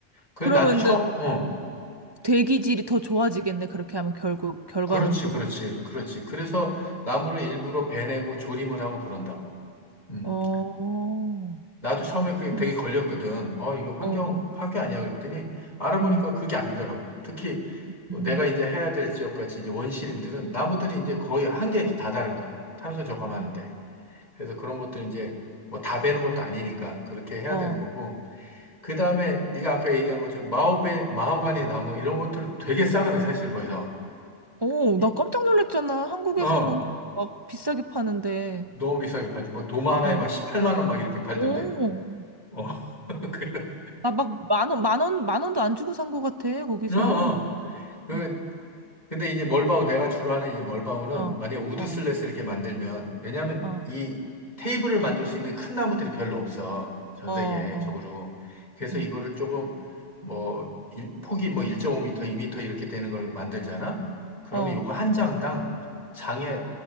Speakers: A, on the left (about 35°); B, on the right (about 30°).
A: 그래,
B: 그러면은
A: 나도 처, 어,
B: 대기질이 더 좋아지겠네. 그렇게 하면 결국, 결과론적으로.
A: 그렇지, 그렇지, 그렇지. 그래서 나무를 일부러 베내고 조림을 하고 그런다고. 음.
B: 어.
A: 나도 처음에 그게
B: 음.
A: 되게 걸렸거든. 어, 이거 환경
B: 어, 어.
A: 파괴 아니야? 그랬더니 알아보니까
B: 음,
A: 그게 아니더라고. 특히 뭐
B: 음.
A: 내가 이제 해야 될 지역같이 이제 원시림들은 나무들이 이제 거의 한계에 다다른 거야. 탄소 저감하는데.
B: 음.
A: 그래서 그런 것들 이제 뭐 다 베는 것도 아니니까 그렇게 해야
B: 어.
A: 되는 거고. 그 다음에 네가 아까 얘기한 것처럼 마호베, 마호가니 나무 이런 것들은 되게 싸거든, 사실 거기서.
B: 오,
A: 이-
B: 나 깜짝 놀랐잖아. 한국에서는
A: 어.
B: 그거 막 비싸게 파는데.
A: 너무 비싸게 팔지. 뭐 도마 하나에
B: 어.
A: 막 18만 원 막 이렇게 팔던데.
B: 오.
A: 어, <laughs> 그런.
B: 나 막 만 원, 만 원, 만 원도 안 주고 산 거 같아, 거기서.
A: 어, 어. 그,
B: 응.
A: 근데 이제 멀바우, 내가 주로 하는 이 멀바우는
B: 어,
A: 만약 우드슬랫을
B: 어,
A: 이렇게 만들면, 왜냐면
B: 어,
A: 이 테이블을 만들 수 있는 큰 나무들이 별로 없어. 전
B: 어,
A: 세계적으로.
B: 어.
A: 그래서
B: 응.
A: 이거를 조금 뭐, 일- 폭이 뭐 1.5m, 2m 이렇게 되는 걸 만들잖아? 그러면
B: 어.
A: 요거 한 장당 장에,